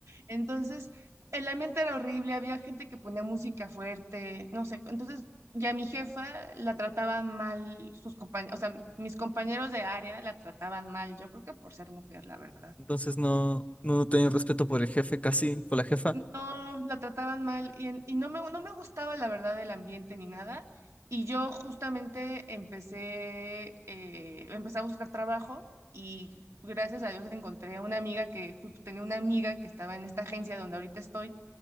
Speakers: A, on the right; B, on the left.
A: Entonces, el ambiente era horrible, había gente que ponía música fuerte, no sé. Entonces, ya mi jefa la trataban mal sus compañeros, o sea, mis compañeros de área la trataban mal, yo creo que por ser mujer, la verdad.
B: Entonces no, no tenía respeto por el jefe casi, por la jefa.
A: No, la trataban mal y, en- y no me, no me gustaba la verdad el ambiente ni nada. Y yo justamente empecé, eh, empecé a buscar trabajo y gracias a Dios encontré a una amiga que justo tenía una amiga que estaba en esta agencia donde ahorita estoy,